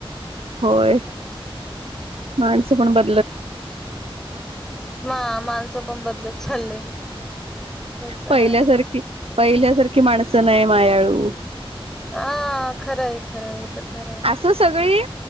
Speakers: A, on the right; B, in the centre.
A: होय माणसं पण बदलत
B: ह माणसं पण बदलत चालले. ते तर
A: पहिल्यासारखी
B: हाय.
A: पहिल्यासारखी माणसं नाही मायाळू
B: हा खरं आहे खरं आहे तर खरं आहे.
A: असं सगळी